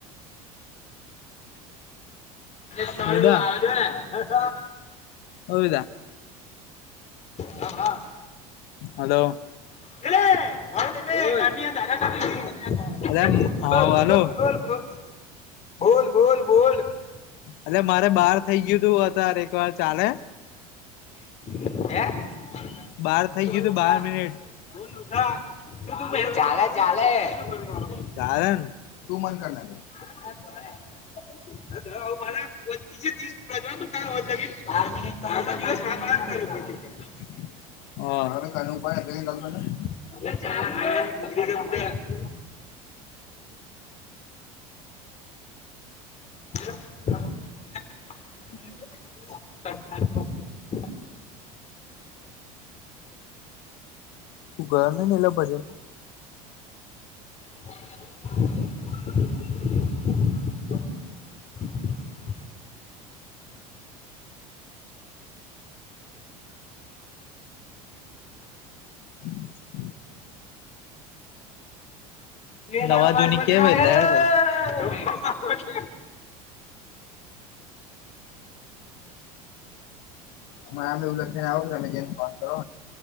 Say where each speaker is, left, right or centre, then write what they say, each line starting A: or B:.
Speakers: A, on the left (about 40°); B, on the left (about 65°).
A: સ્થળું
B: વેદા
A: આવ છો ને <unintelligible>
B: ઓ વેદા
A: હા હા
B: હલો
A: એલે <unintelligible> બોલ બોલ બોલ
B: અલ્યા હા
A: બોલ
B: હલો
A: બોલ બોલ બોલ
B: એટ મારે બહાર થઇ ગયું તું અત્યારે એક વાર ચાલે
A: હે
B: બાર થઈ
A: બોલ
B: ગયું
A: લુખા
B: તો બાર મિનિટ.
A: બોલ લુખા શું તું પહેલા- ચાલે, ચાલે. શું કરવું મારું?
B: કારણ. તું મન કર નાખ.
A: મારા ઘરે. <unintelligible>
B: <unintelligible>
A: <unintelligible> <inaudible> <unintelligible>
B: તું ઘર નઈ ગયેલો પછી.
A: <inaudible>
B: <inaudible>
A: <unintelligible>
B: નવા જૂની કેવાય એટલે હેડ કઈ મને આમે એવું લખીને આવો કે તમે ક ફોર્મ કરો